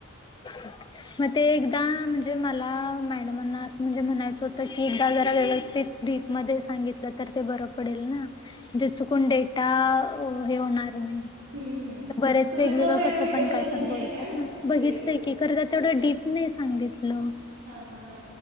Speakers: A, on the left; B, on the right.
A: आहे. म ते एकदा म्हणजे मला मॅडमांना असं म्हणजे म्हणायचं होतं की एकदा जरा व्यवस्थित डीप मध्ये सांगितलं तर ते बरं पडेल ना जे चुकून डेटा अ हे होणार तर नाही
B: हम्म हम्म
A: बरेच
B: तुम्ही
A: वेगवेगळं
B: तो हे
A: कसं
B: व्हिडिओ
A: पण
B: बघितला
A: काय पण
B: नाही
A: बोलतात
B: आहे काय म्हणजे
A: ना बघितलंय
B: ह्याच
A: की. करता तेवढं डीप नाही सांगितलं.
B: हा हा हा